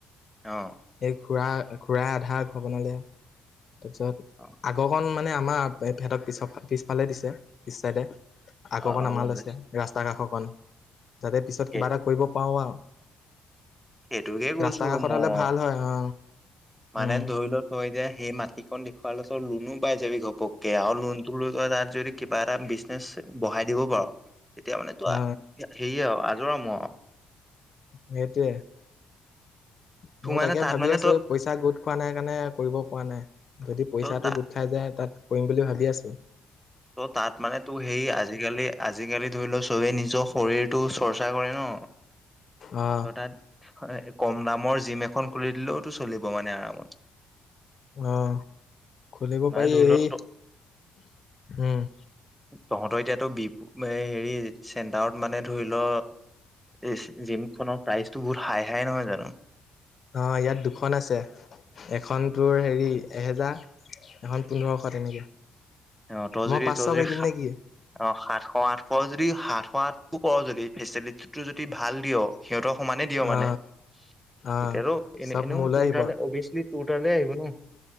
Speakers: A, in the centre; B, on the left.
A: অ'।
B: এই খুৰা, খুৰা আধা ঘৰ বনালে। তাৰপিছত
A: অ
B: আগৰকণ মানে আমাৰ হেহঁতক পিছক পিছফালে দিছে, পিছ চাইডে। আগৰকন
A: অ
B: আমাৰ
A: গম
B: লৈছে,
A: পাইছো
B: ৰাস্তাৰ কাষৰকণ, যাতে পিছত
A: সেই
B: কিবা এটা কৰিব পাৰোঁ আৰু।
A: সেইটোকে কৈছোঁ
B: ৰাস্তা কাষত
A: মই,
B: হলে ভাল হয় অ
A: মানে
B: উম
A: ধৰি ল হয় যে সেই মাটিকন দেখুৱালে তই লোনো পাই যাবি ঘপককে আৰু লোনটো লৈ তই তাত যদি কিবা এটা বিজনেচ বহাই দিব পাৰ তেতিয়া মানে তোৰ
B: অ
A: হেৰিয়ে আৰু আজৰ আমৰ আৰু।
B: সেইটোৱে। মই
A: তোৰ মানে
B: তাকে
A: তাত
B: ভাবি
A: মানে
B: আছোঁ,
A: তই
B: পইচা গোট খোৱা নাই কাৰণে কৰিব পৰা নাই। যদি পইচাটো
A: তই তা
B: গোট খাই যায় তাত কৰিম বুলি ভাবি আছোঁ।
A: ত' তাত মানে তোৰ হেৰি আ আজিকালি আজিকালি ধৰি লওঁ চবেই নিজৰ শৰীৰটো চৰ্চা কৰে ন।
B: আহ
A: অৰ্থাৎ হয়, কম দামৰ জিম এখন খুলি দিলেওঁতো চলিব মানে আৰামত।
B: অ', খুলিব
A: মানে
B: পাৰি
A: ধৰি
B: এই
A: লও ত
B: উম।
A: তহঁতৰ এতিয়াতো বি এই হেৰি চেণ্টাৰত মানে ধৰি ল এই জিমখনৰ প্ৰাইচটো বহুত হাই হাই নহয় জানো?
B: অ', ইয়াত দুখন আছে। এখন তোৰ হেৰি এহেজাৰ এখন পোন্ধৰশ তেনেকে।
A: অ তই যদি
B: মই পাঁচশ
A: তই যদি
B: কৰি দিম
A: সা
B: নে কি?
A: অ সাতশ আঠশ কৰ যদি সাতশ আঠটো কৰ যদি ফেচিলিটিটো যদি ভাল দিয় সিহঁতৰ সমানে দিয় মানে
B: অ
A: তেতিয়াটো
B: অ
A: এনে
B: চব
A: এনেও
B: মোলৈ
A: তোৰ
B: আহিব
A: তালে অবিয়াচলি তোৰ তালে আহিব ন।